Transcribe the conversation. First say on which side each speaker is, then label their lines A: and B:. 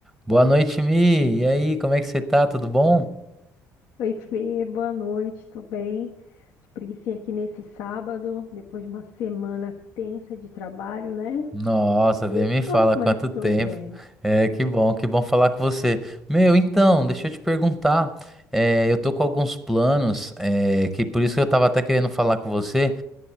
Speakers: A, in the centre; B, on the left.
A: Boa noite, Mi. E aí, como é que você tá? Tudo bom?
B: Oi, Fê, boa noite, tô bem. De preguicinha aqui nesse sábado, depois de uma semana tensa de trabalho, né?
A: Nossa, nem
B: <laughs>
A: me fala
B: Mas
A: quanto tempo.
B: tô bem.
A: É, que bom, que bom falar com você. Meu, então, deixa eu te perguntar. é, eu tô com alguns planos, é, que por isso que eu tava até querendo falar com você.